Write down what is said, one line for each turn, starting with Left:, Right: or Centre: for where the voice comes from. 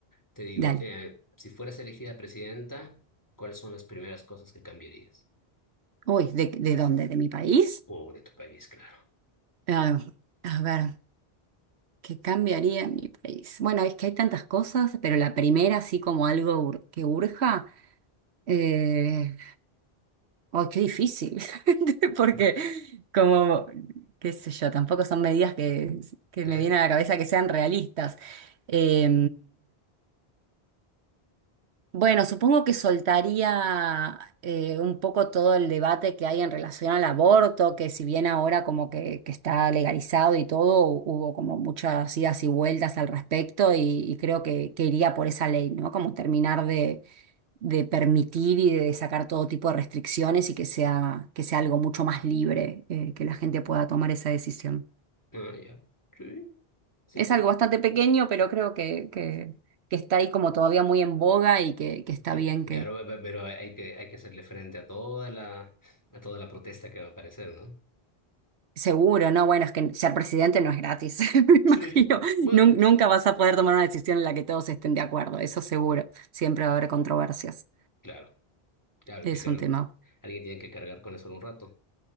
Left: Te digo,
Right: Dale.
Left: eh, si fueras elegida presidenta, ¿cuáles son las primeras cosas que cambiarías?
Right: Uy, ¿de, de dónde? ¿De mi país?
Left: O de tu país, claro.
Right: Ah, a ver. ¿Qué cambiaría en mi país? Bueno, es que hay tantas cosas, pero la primera, así como algo ur- que urja, eh, oh, qué difícil, <laughs> porque
Left: <laughs>
Right: como, qué sé yo, tampoco son medidas que, que
Left: Eh,
Right: me vienen a la cabeza que sean realistas. Eh, Bueno, supongo que soltaría eh, un poco todo el debate que hay en relación al aborto, que si bien ahora como que, que está legalizado y todo, hu- hubo como muchas idas y vueltas al respecto y, y creo que, que iría por esa ley, ¿no? Como terminar de, de permitir y de sacar todo tipo de restricciones y que sea, que sea algo mucho más libre, eh, que la gente pueda tomar esa decisión.
Left: ah, ya. Sí, sí,
Right: Es
Left: sí.
Right: algo bastante pequeño, pero creo que, que, que está ahí como todavía muy en boga y que, que está
Left: Que-
Right: bien
Left: Claro, pe- pe- pero hay que, hay que hacerle frente a toda la, a toda la protesta que va a aparecer, ¿no?
Right: Seguro, no, bueno, es que ser presidente no es gratis, <laughs> me imagino.
Left: Sí. Bueno,
Right: Nun-
Left: sí.
Right: nunca vas a poder tomar una decisión en la que todos estén de acuerdo, eso seguro. Siempre va a haber controversias.
Left: Claro, claro,
Right: Es
Left: que cargo.
Right: un tema.
Left: Alguien tiene que cargar con eso un rato.